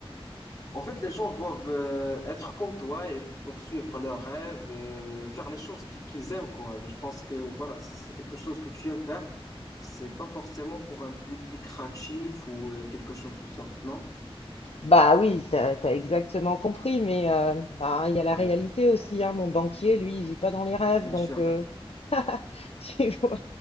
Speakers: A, on the left; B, on the left.
A: En fait, les gens doivent euh, être comme toi et poursuivre leurs rêves et euh, faire les choses qui- qu'ils aiment, quoi. Je pense que voilà, c'est quelque chose que tu aimes faire. C'est pas forcément pour un but lucratif ou euh, quelque chose du sort, non?
B: Bah oui, t'as, t'as exactement compris, mais euh, bah, il y a la
A: Ouais,
B: réalité aussi, hein. Mon banquier, lui, il vit pas dans les rêves,
A: bien
B: donc
A: sûr.
B: euh, <laughs> tu vois,